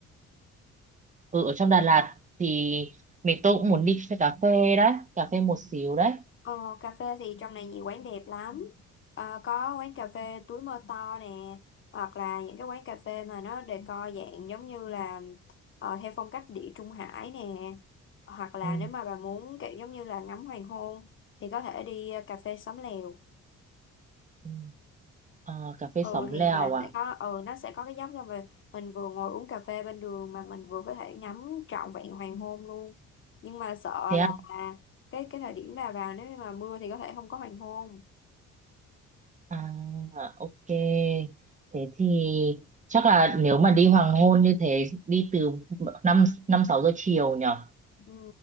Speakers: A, on the right; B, on the left.
A: ừ ở trong Đà Lạt thì mình tôi cũng muốn đi xe cà phê đấy cà phê một xíu đấy
B: Ờ, cà phê thì trong này nhiều quán đẹp lắm. Ờ, có quán cà phê túi mơ to nè, hoặc là những cái quán cà phê mà nó decor dạng giống như là ờ, theo phong cách địa Trung Hải nè. Hoặc là
A: ừ,
B: nếu mà bà muốn kiểu giống như là ngắm hoàng hôn thì có thể đi ờ, cà phê Xóm Lèo.
A: ừ. À, cà phê
B: Ừ
A: xóm lèo
B: thì bà
A: à
B: sẽ có ừ nó sẽ có cái giống rồi mình vừa ngồi uống cà phê bên đường mà mình vừa có thể ngắm trọn vẹn hoàng hôn luôn. Nhưng mà sợ
A: thế à,
B: là cái cái thời điểm bà vào nếu như mà mưa thì có thể không có hoàng hôn.
A: à ok thế thì chắc là nếu mà đi hoàng hôn như thế đi từ năm năm sáu giờ chiều nhở
B: Ừ,